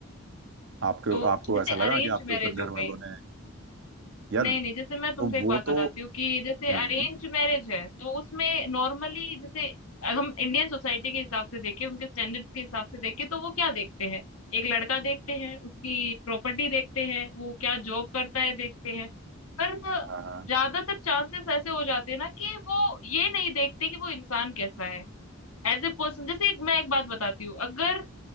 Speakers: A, on the right (about 60°); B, on the left (about 85°).
A: आपके
B: तो
A: आपको
B: जैसे
A: ऐसा लगा
B: अरेंज
A: कि आपके
B: मैरिज
A: ऊपर
B: हो
A: घर
B: गई
A: वालों ने यार
B: नहीं नहीं जैसे मैं तुमसे
A: तो
B: एक
A: वो
B: बात
A: तो
B: बताती हूँ कि जैसे
A: हम्म
B: अरेंज मैरिज है तो उसमें नॉर्मली जैसे अगर हम इंडियन सोसाइटी के हिसाब से देखें उनके स्टैंडर्ड्स के हिसाब से देखें तो वो क्या देखते हैं एक लड़का देखते हैं उसकी प्रॉपर्टी देखते हैं वो क्या जॉब करता है देखते हैं पर
A: हाँ हाँ,
B: ज्यादातर चांसेस ऐसे हो जाते हैं ना कि वो ये नहीं देखते कि वो इंसान कैसा है एज ए पर्सन जैसे एक मैं एक बात बताती हूँ अगर